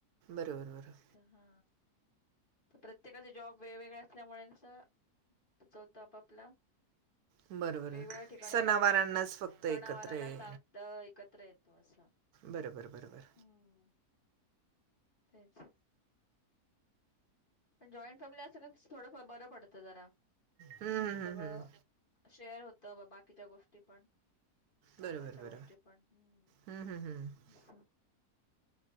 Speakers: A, on the right (about 75°); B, on the left (about 40°).
A: बरोबर बरोबर.
B: हा तर प्रत्येकाचे जॉब वेगवेगळे असल्यामुळेस जा होतो आपपला
A: बरोबर
B: वेगवेगळ्या ठिकाणी
A: सणावारांनाच
B: राहतो हा
A: फक्त
B: सणावारांना
A: एकत्र ये
B: चात एकत्र येतो असं
A: बर बर बर बर.
B: हम्म. तेच पण जॉईंट फॅमिली असलं थोडं बरं पडत जरा,
A: हम्म हम्म
B: सगळं
A: हम्म हम्म.
B: शेअर होतं बा बाकीच्या गोष्टी पण कामाच्या
A: बरोबर बरोबर
B: गोष्टी पण हम्
A: हम्म हम्म हम्म
B: अस